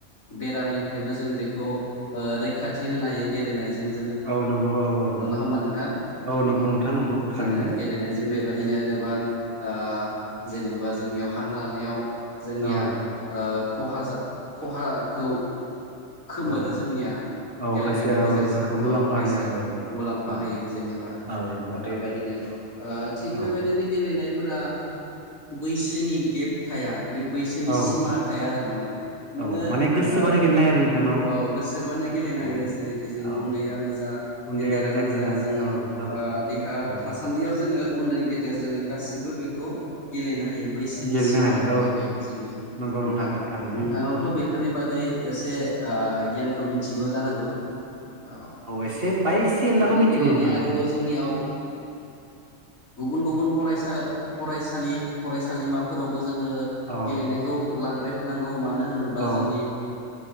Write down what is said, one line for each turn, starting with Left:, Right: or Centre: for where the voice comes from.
Left: बेरामनिफ्रायबो जों बेखौ रैखाथि होनायायो गेलेनाय जोङो
Right: औ नंगौ औ औ
Left: नङा
Right: औ
Left: होम्बा नोंथां?
Right: औ नंगौ
Left: ओ
Right: नोंथां नंगौ थारैनो
Left: जोङो गेलेनायजों बेबायदि बिदिनो गोबां ओ जेनेबा जोंनियाव हां लानायाव जोंनिया
Right: औ
Left: ओ खहा जा खहाखौ खोमोरो
Right: औ
Left: जोंनिया
Right: औ
Left: गेलेनायनि
Right: खायसे औ
Left: गेजेरजों
Right: जोंखौ मुलाम्फा
Left: औ खायसे
Right: होयो आरो औ
Left: मुलाम्फा
Right: औ
Left: होयो जोंनियाव
Right: औ नंगौ नोंथां
Left: बेबायदिनो ओ थिग
Right: औ
Left: बेबायदिनो गेलेनाय फोर बैसोनि गेब थाया बैसोनि
Right: औ
Left: सिमा थाया आरो माने नोङो
Right: औ माने गोसोबानो
Left: ओ
Right: गेलेनो
Left: औ गोसोबानो गेलेनो हायो
Right: आरो नोंथांनाव औ
Left: जेरैखि जोङो
Right: औ
Left: उन्दैयानो जा
Right: उन्दैयानो
Left: गेदेरानो
Right: गिदिरानो
Left: जा जोंङो
Right: औ औ
Left: ओ देहा
Right: औ
Left: थासान्दियाव जोङो उन्दै गेदेर जोङो गासि बो बेखौ गेलेनो हायो बैसोनि
Right: गेलेनो
Left: सिमा
Right: हायो
Left: थाया
Right: औ
Left: बेयाव जोंनियाव
Right: नंगौ
Left: नोंथां
Right: औ थारैनो
Left: नोंथाङा थ'
Right: औ
Left: बेफोरनि
Right: औ
Left: बागै एसे गियानखौ मिथिगौ जानांगौ। औ
Right: एसे बाय एसे
Left: बेनो
Right: एनलाखौ मिथिगौ
Left: गेलेनाया
Right: नोंथां
Left: आरोबाव
Right: औ
Left: जोंनियाव गुबुन गुबुन। फरायसा फरायसालि फरायसालिमाफोरावबो जोङो
Right: औ
Left: गेलेनायखौ लांबाय। थानांगौ मानो होनोब्ला
Right: औ
Left: जोंनि